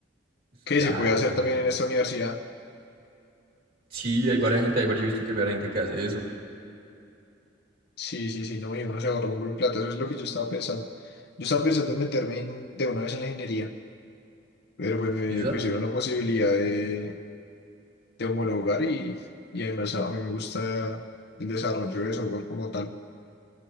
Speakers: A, on the right (about 50°); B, on the left (about 55°).
A: Es
B: ¿Qué
A: claro,
B: se puede hacer
A: es severo.
B: también en esta universidad?
A: Sí, hay varias gente, hay varios, yo he visto que hay varias gente que hace eso.
B: Sí, sí, sí, no, y uno se ahorra un buen plata, eso es lo que yo estaba pensando. Yo estaba pensando en meterme en- de una vez en la ingeniería, pero pues me
A: ¿Quizás?
B: pusieron la posibilidad de, de homologar y, y además a mí me gusta el desarrollo de software como tal.